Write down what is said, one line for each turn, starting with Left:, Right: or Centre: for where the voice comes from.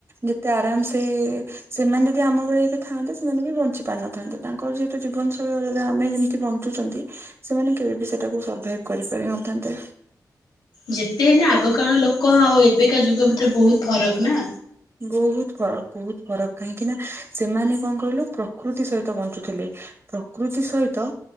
Right: ଯେତେ ଆରାମ ସେ ସେମାନେ ଯଦି ଆମ ଭଳେ ଏବେ ଥାଆନ୍ତେ ସେମାନେ ବି ବଞ୍ଚି ପାରିନଥାନ୍ତେ। ତାଙ୍କର ଯେହେତୁ ଜୀବନ ଶୈଳୀ ଆମେ ଯେମିତି ବଞ୍ଚୁଛନ୍ତି, ସେମାନେ କେବେ ବି ସେଟାକୁ ସର୍ଭାଇଭ କରିପା ଥାନ୍ତେ
Left: ଯେତେ ହେଲେ ଆଗ କାଳ ଲୋକ ଆଉ ଏବେକା ଯୁଗ ଭିତରେ ବୋହୁତ ଫରକ ନା।
Right: ବୋହୁତ ଫରକ ବୋହୁତ ଫରକ କାହିଁକି ନା ସେମାନେ କଣ କହିଲୁ ପ୍ରକୃତି ସହିତ ବଞ୍ଚୁଥିଲେ। ପ୍ରକୃତି ସହିତ